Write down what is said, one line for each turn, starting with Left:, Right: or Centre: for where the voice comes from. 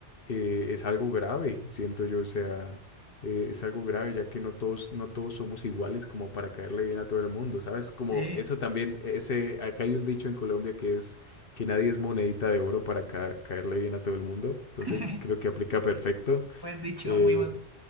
Left: eh, es algo grave, siento yo, o sea, eh, es algo grave ya que no todos, no todos somos iguales como para caerle bien a todo el mundo, ¿sabes? Como
Right: Sí,
Left: eso también, ese, acá hay un dicho en Colombia que es que nadie es monedita de oro para ca- caerle bien a todo el mundo. Entonces
Right: <laughs>
Left: creo que aplica perfecto.
Right: buen dicho,
Left: Eh,
Right: muy buen dicho.